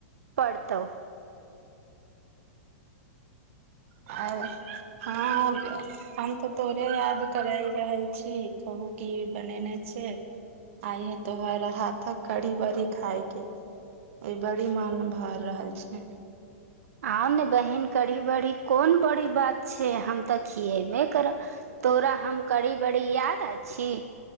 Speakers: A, on the right; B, on the right.
A: पड़तौ
B: आर हँ <inaudible> हम तऽ तोरे याद करय रहल छी कहू की बनेने छियै आइ ये तोहर हाथक कड़ी बड़ी खाायके एहि बड़ी मन भ रहल छै
A: आउ ने बहिन करी बड़ी कोन बड़ी बात छै हम तऽ खियेबै करब तोरा हम करड़ी बड़ी याद अ छी